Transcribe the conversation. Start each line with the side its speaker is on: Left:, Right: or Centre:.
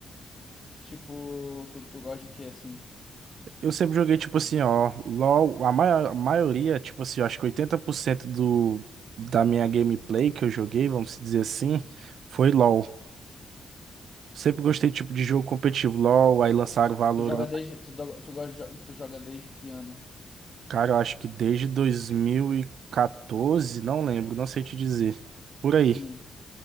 Left: Tipo, tu, tu gosta de quê assim?
Right: Eu sempre joguei, tipo assim, ó, LOL, a maior, maioria, tipo assim, eu acho que 80% do, da minha gameplay que eu joguei, vamos dizer assim, foi LOL. Sempre gostei, tipo, de jogo competitivo. LOL, aí lançaram Valorant.
Left: Tu joga desde, tu, do- tu, gosta de jo- tu joga desde que ano?
Right: Cara, eu acho que desde 2014, não lembro, não sei te dizer. Por
Left: Sim.
Right: aí.